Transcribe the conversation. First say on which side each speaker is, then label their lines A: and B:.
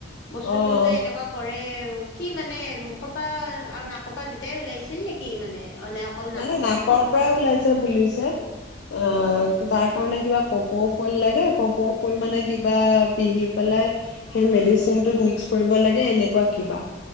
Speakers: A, on the left; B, on the left.
A: বস্তুতটো
B: অ
A: যে এনেকুৱা কৰে। কি মানে মুখপা আৰু নাকপা দুটাই ওলাইছিল নেকি মানে? অ নে অকল
B: মানে
A: পৰা
B: নাকৰ পৰাই ওলাইছে বুলিছ অ, তাৰ কাৰণে। কিবা কপৌ ফুল লাগে। কপৌ ফুল
A: উম
B: মানে কিবা। পিহি পেলাই। সেই
A: উম
B: মেডিচিনটোত মিক্স কৰিব লা এনেকুৱা কিবা,
A: অ